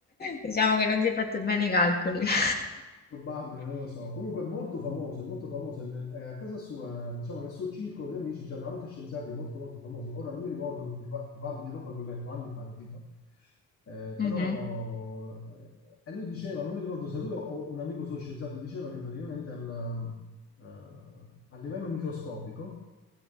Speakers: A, on the left (about 30°); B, on the left (about 50°).
A: Diciamo che non si è fatto bene i calcoli. <laughs>
B: Probabile, non lo so. Comunque è molto famoso, è molto famoso. e nel- eh, a casa sua, diciamo, nel suo circolo di amici c'erano anche scienziati molto, molto famosi. Ora non mi ricordo perché ti, pa- ti parlo di roba che ho letto anni fa, capito? Eh,
A: Mhm,
B: però, eh, e lui diceva, non mi ricordo se lui o o un amico suo scienziato diceva che praticamente al, eh, a livello microscopico,